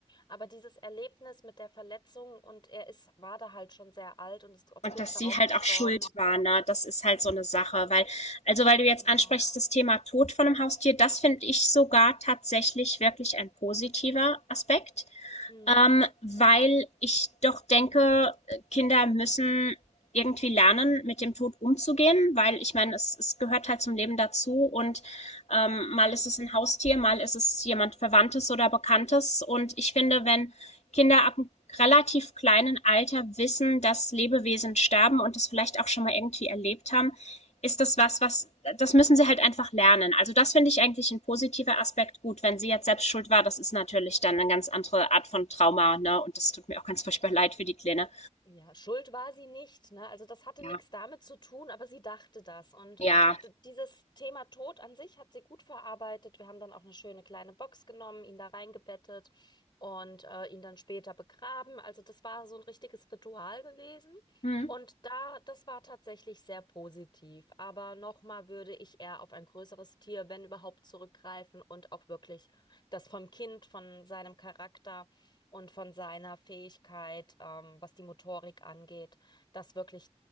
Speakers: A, on the left; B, on the left.
A: Aber dieses Erlebnis mit der Verletzung und er ist, war da halt schon sehr alt und ist auch
B: Und
A: kurz
B: dass
A: darauf
B: sie halt
A: gestorben.
B: auch schuld war, ne? Das ist halt so eine Sache, weil, also weil du jetzt
A: Genau.
B: ansprichst, das Thema Tod von einem Haustier, das finde ich sogar tatsächlich wirklich ein positiver Aspekt.
A: Mhm.
B: Ähm, weil ich doch denke, Kinder müssen irgendwie lernen, mit dem Tod umzugehen, weil ich meine, es, es gehört halt zum Leben dazu und ähm, mal ist es ein Haustier, mal ist es jemand Verwandtes oder Bekanntes. Und ich finde, wenn Kinder ab einem relativ kleinen Alter wissen, dass Lebewesen sterben und das vielleicht auch schon mal irgendwie erlebt haben, ist das was, was, das müssen sie halt einfach lernen. Also das finde ich eigentlich ein positiver Aspekt. Gut, wenn sie jetzt selbst schuld war, das ist natürlich dann eine ganz andere Art von Trauma, ne? Und das tut mir auch ganz furchtbar leid für die Kleine.
A: Ja, schuld war sie nicht, ne? Also das hatte
B: Ja,
A: nichts damit zu tun, aber sie dachte das. Und
B: ja.
A: d- dieses Thema Tod an sich hat sie gut verarbeitet. Wir haben dann auch eine schöne kleine Box genommen, ihn da reingebettet und äh, ihn dann später begraben. Also das war so ein richtiges Ritual gewesen.
B: Hm.
A: Und da, das war tatsächlich sehr positiv. Aber nochmal würde ich eher auf ein größeres Tier, wenn überhaupt, zurückgreifen und auch wirklich das vom Kind, von seinem Charakter und von seiner Fähigkeit, ähm, was die Motorik angeht, das wirklich